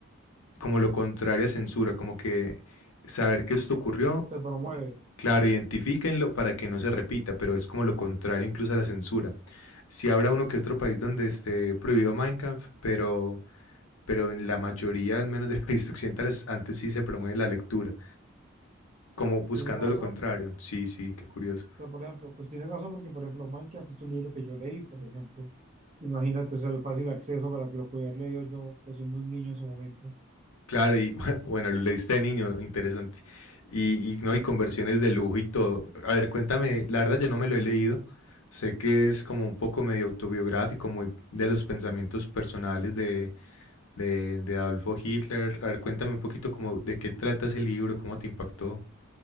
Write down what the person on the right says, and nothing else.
se promueve,
tienes razón.
O sea, por ejemplo, pues tienes razón porque, por ejemplo, Minecraft es un libro que yo leí, por ejemplo. Imagínate es el fácil acceso para que lo pudiera haber leído yo, pues, siendo un niño en su momento.